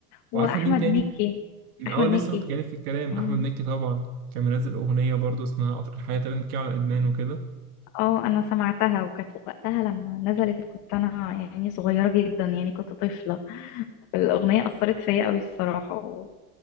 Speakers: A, on the left (about 40°); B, on the right (about 80°).
A: واحمد
B: وعارفة مين تاني؟
A: مكي
B: أه
A: احمد
B: لسه
A: مكي
B: كنت جايلك في الكلام
A: مم.
B: أحمد مكي طبعا كان منزل أغنية برضه اسمها قطر الحياة تقريبا بتتكلم على إدمان وكده
A: اه انا سمعتها وكانت وقتها لما نزلت كنت انا يعني صغيره جدا يعني كنت طفله الاغنيه اثرت فيا قوي الصراحه